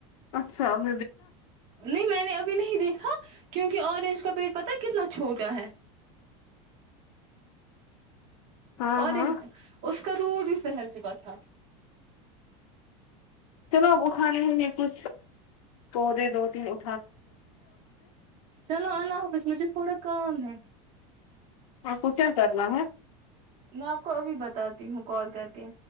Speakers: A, on the left (about 80°); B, on the right (about 35°).
A: اچھا ہم
B: نہیں میں نے ابھی نہیں دیکھا کیونکہ اورنج کا پیٹ پتا کتنا چھوٹا ہے
A: ہاں
B: اور
A: ہاں
B: اس کرور بھی پہھیل چکا تھا
A: وہ کھانے ہوں گ کچھ پودے دو تینوں
B: چلو اللہ حافظ مجھے تھوڑا کام ہے
A: ہاں خو کیا چارلہ
B: میں آپ کو ابھی بتاتی ہوں کال کر کے